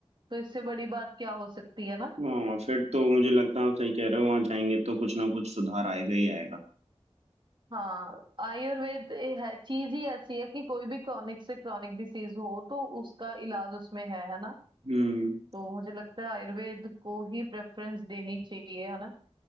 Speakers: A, on the right (about 45°); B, on the right (about 80°).
A: तो इससे बड़ी बात क्या हो सकती है ना
B: हाँ फिर तो मुझे लगता है आप सही कह रहे हो वहां जाएंगे तो कुछ ना कुछ सुधार आएगा ही आएगा
A: हाँ आयुर्वेद ए- है चीज ही ऐसी है कि कोई भी क्रॉनिक से क्रॉनिक डिसीज हो तो उसका इलाज उसमें है है ना
B: हम्म
A: तो मुझे लगता है आयुर्वेद को ही प्रेफरेंस देनी चाहिए है ना